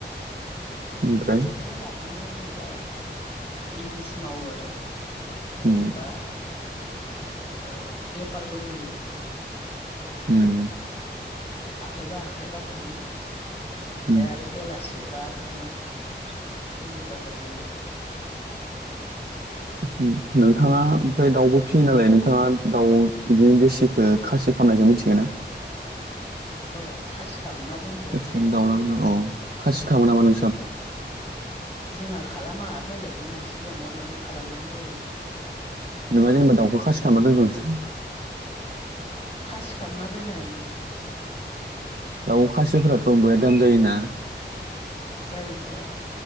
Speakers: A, on the right; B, on the left.
A: ओमफ्राय
B: बेखौनो लानानै आङो दा बिजनेस मावो आरो। जेनेबा
A: उम
B: ओ बेफारबो होयो
A: ओम
B: हाथायबा हाथायबा थाङो ओमफ्राय
A: उम
B: आरो बेलासे बा थाङो हुलि बाजा जुयो।
A: <inaudible> नोंथाङा ओमफ्राय दाउबो फिसियो नालाय नोंथाङा दाउ बिदिनो देसिखौ खासि खालामामनायखौ मिथिगोन ना?
B: अ खासि खालामना दोनदो।
A: बे दावनान औ। खासिखामो नामा नो
B: ओम जोंहा खालामा बेलेगनि मानसि लेंंहरनानै खालामनानै दोनो।
A: नोंहा जेनेबा दाउखौ खासि खालामना दोनदोंसो
B: खासि खालामना दोन ओं।
A: दाउ खासिफोराथ' बया दाम जायोना?
B: जायोथ' आरो।